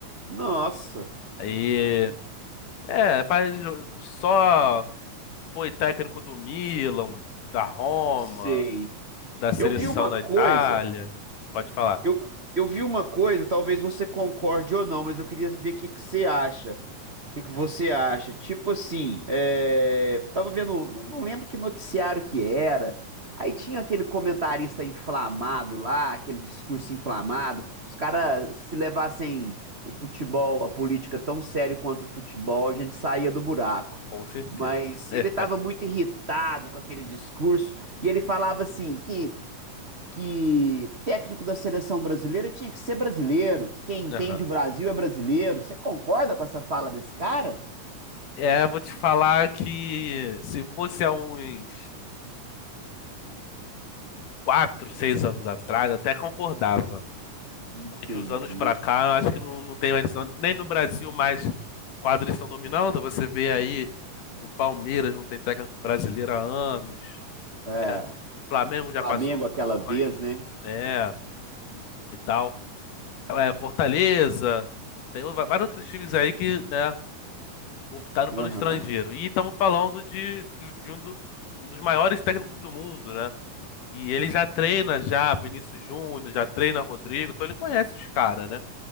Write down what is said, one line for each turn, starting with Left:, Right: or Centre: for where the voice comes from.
Right: Nossa,
Left: Aí, é, pa- só foi técnico do Milan, da Roma,
Right: sei.
Left: da seleção
Right: Eu vi uma
Left: da
Right: coisa,
Left: Itália. Pode falar.
Right: Eu, eu vi uma coisa, talvez você concorde ou não, mas eu queria ver o que que você acha. O que que você acha? Tipo assim, é... tava vendo, não, não lembro que noticiário que era. Aí tinha aquele comentarista inflamado lá, aquele discurso inflamado. Os caras se levassem o futebol, a política tão sério quanto o futebol, a gente saía do buraco.
Left: Com certeza.
Right: Mas
Left: É,
Right: ele estava muito irritado com aquele discurso e ele falava assim que que técnico da seleção brasileira tinha que ser brasileiro, que quem entende
Left: aham.
Right: o Brasil é brasileiro. Você concorda com essa fala desse cara?
Left: É, vou te falar que se fosse há uns quatro, seis anos atrás, até concordava.
Right: Entendi.
Left: Mas de uns anos pra cá, eu acho que não, não tem mais isso, não. Nem no Brasil mais quase eles estão dominando. Você vê aí o Palmeiras não tem técnico brasileiro há anos,
Right: É,
Left: né? Flamengo já
Right: Flamengo
Left: passou
Right: aquela
Left: muito,
Right: vez, né?
Left: né? E tal. É, Fortaleza, tem o- vários outros times aí que, né, optaram
Right: Aham.
Left: pelo estrangeiro. E estamos falando de, de- de um, do- um dos maiores técnicos do mundo, né? E ele já treina já Vinícius Júnior, já treina Rodrigo, então ele conhece os caras, né?